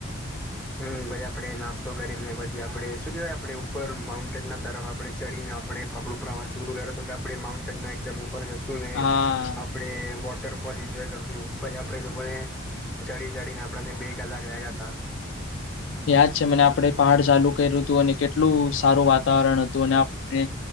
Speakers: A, in the centre; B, on the left.
A: હમ પછી આપડે નાસ્તો કરીને પછી આપડે શું કેહેવાય આપડે ઉપર માઉન્ટેન ના તરફ આપડે. ચડીને આપણે પાપડું પ્રવાસું કે આપડે માઉન્ટન એકદમ ઉપર જશું ને.
B: હા
A: આપણે વોટરફોલ એન્જોય કરશું પછી આપડે એ લોકોને. ચડી ચડીને આપણને બે કલાક લાયગાતા.
B: યાદ છે મને આપડે પહાડ ચાલુ કર્યું હતું અને કેટલું સારું વાતાવરણ હતું અને.